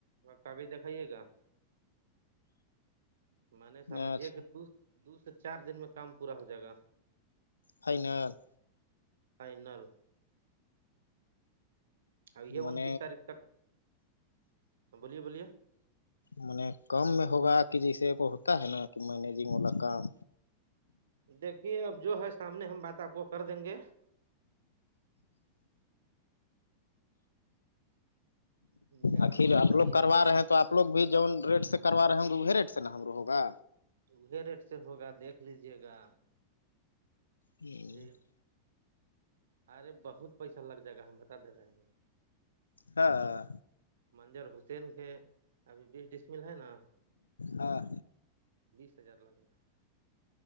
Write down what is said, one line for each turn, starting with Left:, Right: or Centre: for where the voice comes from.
Right: کاغذ دکھائیے گا <inaudible> میں نے سمجھیا
Left: اچھا
Right: کہ دو دو سے چار دن میں کام پورا ہو جائے گا
Left: فائنل
Right: فائنل ابھی ہے
Left: م
Right: انتیس تاریخ تک بولیے بولیے
Left: م کم میں ہوگا کہ جیسے کو ہوتا ہے نا کہ مینجنگ والا کام
Right: دیکھیے اب جو ہے سامنے ہم بات آپ کو کر دیں گے جگہ
Left: آخر
Right: میں
Left: آپ
Right: تو ابھی
Left: لوگ کروا رہے ہیں تو آپ لوگ بھی جون ریٹ سے کروا رہے ہوں گے وہی ریٹ سے نا ہمرو ہوگا
Right: وہی ریٹ سے ہوگا دیکھ لیجیے گا
Left: ہی
Right: وہی
Left: <inaudible>
Right: ارے بہت پیسہ لگ جائے گا ہم بتا دے رہے ہیں
Left: ہاں ہاں
Right: منظر حسین کے ابھی بیس ڈسمل ہے نا
Left: ہاں
Right: بیس ہزار لگ رہا